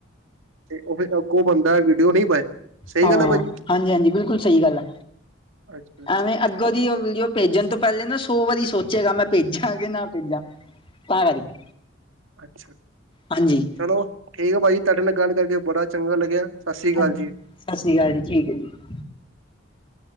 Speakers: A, on the right; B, on the left.
A: ਤੇ ਉਹ ਫਿਰ ਅੱਗੋਂ ਬੰਦਾ ਵੀਡੀਓ ਨਈਂ ਪਾਏ। ਸਹੀ
B: ਹਾਂ
A: ਗੱਲ ਹੈ ਭਾਜੀ
B: ਹਾਂਜੀ ਹਾਂਜੀ, ਬਿਲਕੁਲ ਸਹੀ ਗੱਲ ਏ,
A: ਅੱਛਾ ਅੱਛਾ
B: ਐਵੇਂ ਅੱਗੋਂ ਦੀ ਵੀਡੀਓ ਭੇਜਣ ਤੋਂ ਪਹਿਲੇ ਨਾਂ ਸੌ ਵਾਰੀ ਸੋਚੇਗਾ, ਮੈਂ ਭੇਜਾਂ ਕਿ ਨਾਂ ਭੇਜਾਂ? ਤਾਂ ਕਰਕੇ
A: ਅੱਛਾ
B: ਹਾਂਜੀ
A: ਚਲੋ ਠੀਕ ਆ ਭਾਜੀ ਤੁਹਾਡੇ ਨਾਲ ਗੱਲ ਕਰਕੇ ਬੜਾ ਚੰਗਾ ਲੱਗਿਆ। ਸਤਿ ਸ੍ਰੀ ਅਕਾਲ
B: ਹਾਂਜੀ
A: ਜੀ।
B: ਸਤਿ ਸ਼੍ਰੀ ਅਕਾਲ ਜੀ, ਠੀਕ ਐ ਜੀ।